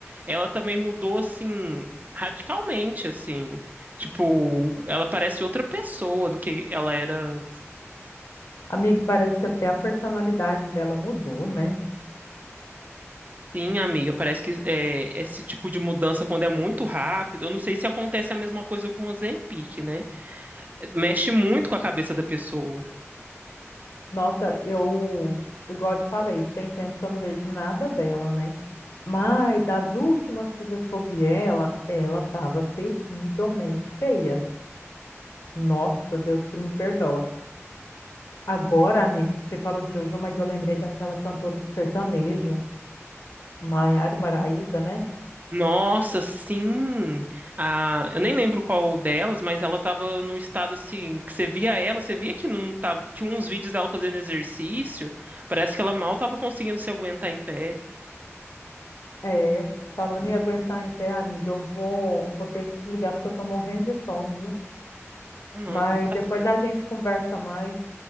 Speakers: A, on the right; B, on the left.
A: ela também mudou, assim, radicalmente, assim. Tipo, ela parece outra pessoa do que ela era.
B: Amigo, parece que até a personalidade dela mudou, né?
A: Sim, amiga, parece que é, esse tipo de mudança, quando é muito rápido, eu não sei se acontece a mesma coisa com o Ozempic, né? Mexe muito com a cabeça da pessoa.
B: Nossa, eu, igual eu te falei, tem tempo que eu não vejo nada dela, né? Mas as últimas coisas que eu vi ela, ela tava terrivelmente feia. Nossa, Deus que me perdoa. Agora, amigo, você falou de Jojo, mas eu lembrei daquela cantora do sertanejo, Maiara Maraíza, né?
A: Nossa, sim! Ah, eu nem lembro qual delas, mas ela tava num estado assim, que você via ela, você via que não tava. Tinha uns vídeos dela fazendo exercício, parece que ela mal tava conseguindo se aguentar em pé.
B: É, falando em aguentar em pé, amiga, eu vou, vou ter que desligar porque eu tô morrendo de sono, viu?
A: Ah, não,
B: Mas
A: então tá
B: depois
A: certo.
B: a gente conversa mais.